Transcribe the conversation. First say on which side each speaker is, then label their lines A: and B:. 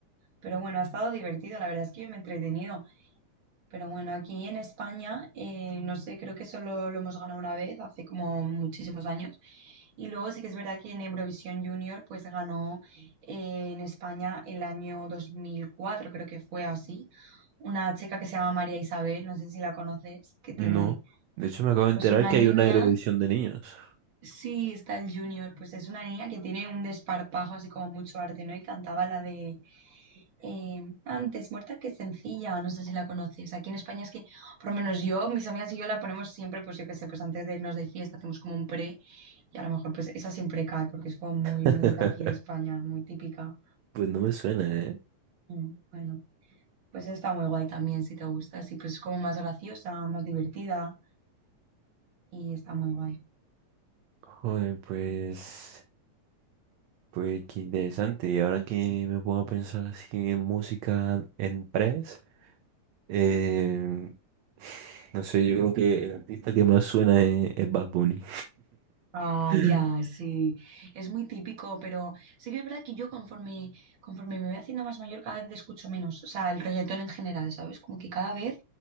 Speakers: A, on the right; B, on the right.
A: pero bueno, ha estado divertido, la verdad es que yo me he entretenido. Pero bueno, aquí en España, eh, no sé, creo que solo lo hemos ganado una vez, hace como muchísimos años. Y luego sí que es verdad que en Eurovisión Junior, pues ganó eh, en España el año 2004 creo que fue así, una chica que se llama María Isabel, no sé si la conoces, que tiene
B: No. De hecho, me acabo de enterar
A: pues una
B: que
A: niña,
B: hay una Eurovisión de niños.
A: sí, está el Junior, pues es una niña que tiene un desparpajo así como mucho arte, ¿no? Y cantaba la de eh, antes muerta que sencilla, no sé si la conoces. Aquí en España es que, por lo menos yo, mis amigas y yo la ponemos siempre, pues yo qué sé, pues antes de irnos de fiesta hacemos como un pre y a lo mejor pues esa siempre cae porque es como muy,
B: <laughs>
A: muy de aquí de España, muy típica.
B: Pues no me suena, ¿eh?
A: Mm, Bueno, pues está muy guay también si te gusta, sí, pues es como más graciosa, más divertida y está muy guay.
B: Joder, pues, pues qué interesante. Y ahora que me pongo a pensar así en música en press, eh, <laughs> no sé, yo creo que el artista que más suena es, es Bad Bunny.
A: Ah,
B: <laughs>
A: ya, sí. Es muy típico, pero sí que es verdad que yo conforme, conforme me voy haciendo más mayor, cada vez le escucho menos. O sea, el reggaetón en general, ¿sabes? Como que cada vez